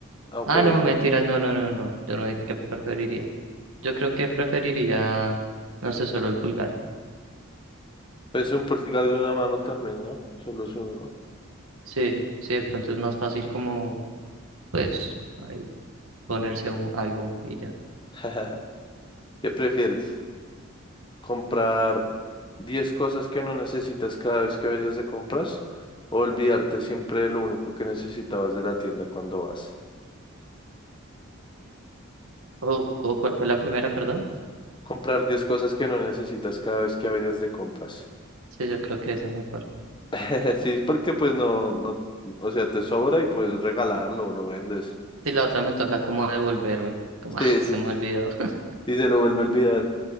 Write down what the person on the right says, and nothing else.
Ah, no,
mentiras, no, no, no, no. Yo no dije que preferiría. Yo creo que preferiría, no sé, solo el pulgar.
Sí, sí, de pronto es más fácil como, pues, ahí ponerse u- algo y ya.
¿O, o cuál fue la primera, perdón?
Sí, yo creo que esa mejor.
Sí, la otra me toca como devolverme. Como,
<laughs> ah,
se me olvidó. <laughs>